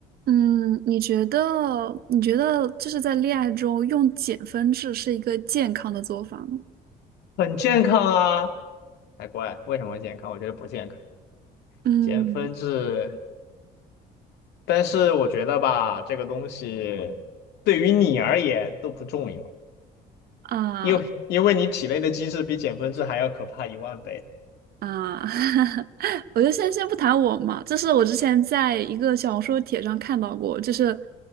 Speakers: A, on the right (about 65°); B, on the left (about 80°).
A: 嗯，你觉得你觉得就是在恋爱中用减分制是一个健康的做法吗？
B: 很健康啊，才怪！为什么健康？我觉得不健康，
A: 嗯
B: 减分制。但是我觉得吧，这个东西对于你而言都不重要，
A: 啊
B: 因为因为你体内的机制比减分制还要可怕一万倍。
A: 啊，<laughs> 我就先先不谈我嘛，这是我之前在一个小红书帖上看到过，就是